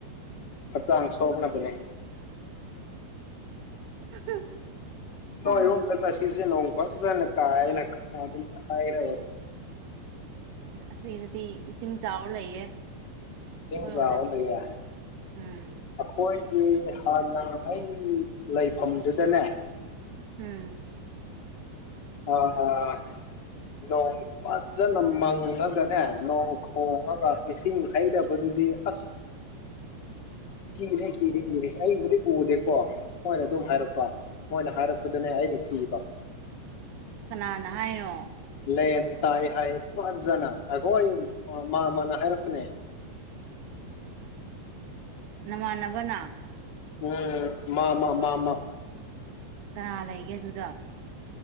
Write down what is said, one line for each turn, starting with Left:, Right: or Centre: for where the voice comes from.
Left: ꯍꯛꯆꯥꯡ ꯁꯣꯛꯅꯕꯅꯦ
Right: <inaudible>
Left: ꯅꯣꯏꯔꯣꯝꯗ
Right: ꯑ
Left: ꯉꯥꯁꯤꯁꯦ ꯅꯣꯡ ꯐꯖꯅ ꯇꯥꯏꯅ ꯀꯥꯏꯔꯦ
Right: ꯑꯁꯤꯅꯨꯄꯤ ꯏꯁꯤꯡ ꯆꯥꯎꯔ꯭ ꯂꯩꯌꯦ
Left: ꯏꯁꯤꯡ
Right: ꯍꯣꯏꯔꯣꯝꯗꯗꯤ
Left: ꯆꯥꯎꯔ ꯂꯩꯌꯦ
Right: ꯎꯝ
Left: ꯑꯩꯈꯣꯏꯒꯤ ꯍꯥꯟꯅ ꯑꯩ ꯂꯩꯐꯝꯗꯨꯗꯅꯦ
Right: ꯎꯝ
Left: ꯑꯣ ꯑꯣ ꯅꯣꯡ ꯐꯖꯅ ꯃꯪꯉꯒꯅꯦ ꯅꯣꯡ ꯈꯣꯡꯉꯒ ꯑꯦꯁꯤꯡꯅ ꯍꯥꯏꯩꯔꯕꯗꯨꯗꯤ ꯍꯁ ꯀꯤꯔꯦ ꯀꯤꯔꯦ ꯀꯤꯔꯦ ꯑꯩꯕꯨꯗꯤ ꯎꯗꯦꯀꯣ ꯃꯣꯏꯅ ꯑꯗꯨꯝ ꯍꯥꯏꯔꯛꯄ ꯃꯣꯏꯅ ꯍꯥꯏꯔꯛꯄꯗꯅꯦ ꯑꯩꯅ ꯀꯤꯕ
Right: ꯀꯅꯥꯅ ꯍꯥꯏꯔꯣ
Left: ꯂꯦꯟ ꯇꯥꯏ ꯍꯥꯏ ꯄꯖꯅ ꯑꯩꯈꯣꯏꯣꯏ ꯃꯥ ꯃꯥꯅ ꯍꯥꯏꯔꯛꯄꯅꯦ
Right: ꯅꯃꯥꯟꯅꯕꯅ
Left: ꯎꯝ ꯃꯥ ꯃꯥ ꯃꯥ ꯃꯥ
Right: ꯀꯥ ꯂꯩꯒꯦ ꯑꯗꯨꯗꯣ